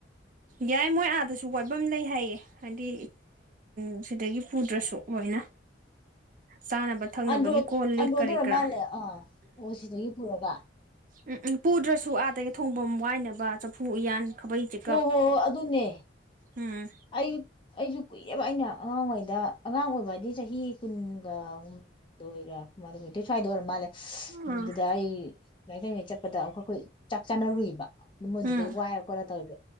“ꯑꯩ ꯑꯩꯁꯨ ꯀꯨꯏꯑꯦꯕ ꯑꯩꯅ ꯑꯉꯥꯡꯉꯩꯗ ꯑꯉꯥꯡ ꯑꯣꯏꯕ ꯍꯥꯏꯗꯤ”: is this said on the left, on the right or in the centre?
Left